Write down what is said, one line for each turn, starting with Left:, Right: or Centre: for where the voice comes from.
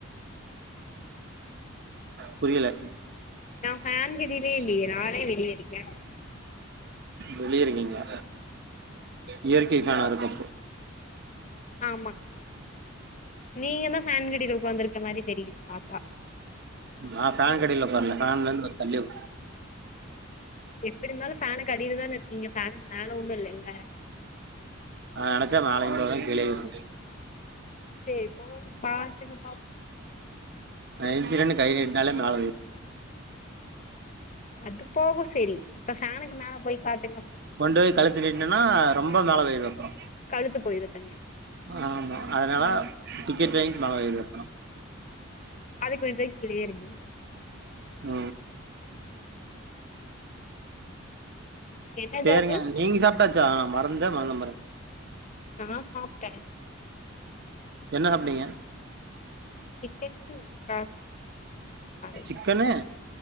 Right: புரியல
Left: நா ஃபேன் கடிலேயே இல்லேயே நானே வெளிய இருக்கே
Right: வெளிய இருக்கீங்ளா இயற்கை ஃபேனா இருக்கு அப்போ
Left: ஆமா நீங்க தா ஃபேனுக்கடியில உக்காந்துருக்க மாரி தெரியுது பாத்தா
Right: நா ஃபேனுக்கடில உக்கார்ல ஃபேன்லருந்து கொஞ்ச தள்ளி உக்
Left: எப்படிந்தாலு ஃபேனுக்கு அடில தான இருக்கீங்க ஃபேனுக்கு மேல ஒன்னு இல்லைல
Right: நா நெனச்சா மேலயு போவே கீழயு இருப்பே
Left: செரி போய் காட்டுங்க பாப்போ
Right: நா ஏன்ச்சி கை நீட்டுனால மேல போய்ரு
Left: அது போகு செரி இப்ப ஃபேனுக்கு மேல போய் காட்டுங்க பாப்போ
Right: கொண்டோய் கழுத்த நீட்னன்னா ரொம்ப மேல போயிருவே அப்பறோ
Left: கழுத்து போயிரு தனியா
Right: ஆ ஆமா அதனால டிக்கெட் வாயின் மேல போயிருவே
Left: அதுக் கொஞ்சோ கீழயே இருங்க
Right: அ
Left: சேரி என்ன
Right: சேரிங்க
Left: ஜாபு
Right: நீங்க சாப்ட்டாச்சா நா மறந்தே மறந்த பாருங்
Left: நா சாப்ட்டே
Right: என்ன சாப்டீங்க
Left: நா சிக்கன் ரசம் சாப்பாடு
Right: சிக்கனு